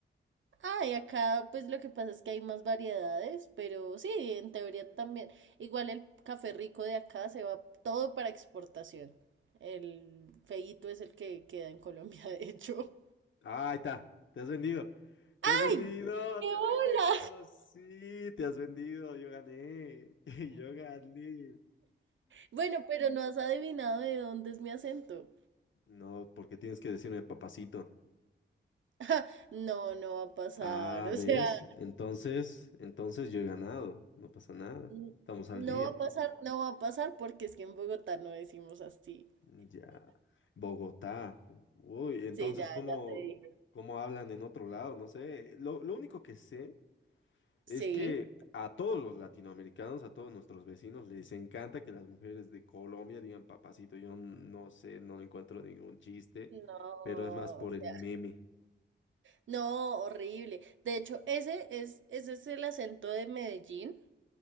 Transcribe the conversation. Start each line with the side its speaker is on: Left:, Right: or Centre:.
Right: Ah, y acá pues lo que pasa es que hay más variedades, pero sí, en teoría también. Igual el café rico de acá se va todo para exportación. El feíto es el que queda en Colombia, <laughs> de hecho.
Left: Ah, ahí está, te has vendido, te has
Right: ¡Ay!
Left: vendido,
Right: ¡Qué
Left: <laughs> te
Right: bola!
Left: has vendido, sí, te has vendido, yo gané, <laughs> yo gané.
Right: Bueno, pero no has adivinado de dónde es mi acento.
Left: No, porque tienes que decirme papacito.
Right: <laughs> No, no va a pasar,
Left: Ah,
Right: o
Left: ¿ves?
Right: sea,
Left: Entonces, entonces yo he ganado, no pasa nada,
Right: n-
Left: estamos al día.
Right: no va a pasar, no va a pasar porque es que en Bogotá no decimos así.
Left: Mm, Ya, Bogotá. Uy, entonces,
Right: Sí, ya,
Left: ¿cómo,
Right: ya te dije.
Left: cómo hablan en otro lado? No sé. Lo, lo único que sé es
Right: Sí.
Left: que a todos los latinoamericanos, a todos nuestros vecinos, les encanta que las mujeres de Colombia digan papacito. Yo no sé, no le encuentro ningún chiste,
Right: No,
Left: pero es más por
Right: o
Left: el
Right: sea,
Left: meme.
Right: no, horrible. De hecho, ese es, ese es el acento de Medellín